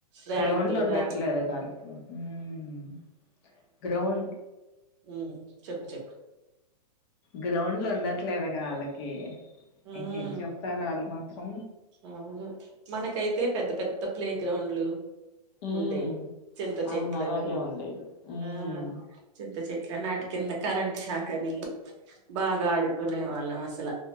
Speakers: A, on the right (about 45°); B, on the left (about 35°).
A: ర్యాంకులు
B: గ్రౌండ్లు ఉండట్లేదుగ
A: ర్యాంకులు
B: ఆళ్ళకి హ్మ్ గ్రౌండ్.
A: హ్మ్ చెప్పు చెప్పు
B: గ్రౌండ్లు ఉండట్లేదుగా ఆళ్ళకి.
A: ఉమ్
B: ఇంకేం చెప్తారు అళ్ళు మాత్రం
A: అవును మనకైతే పెద్ద పెద్ద ప్లే గ్రౌండ్లు
B: మ్మ్
A: ఉండేయ్ చింత చెట్లన్ని
B: అవును అలాగే ఉండేవి మ్మ్
A: ఆ చిన్ చేట్ల నాటి కింద కరెంట్ షాక్ అని బాగా అడుకునే వాళ్ళం పెళ్ల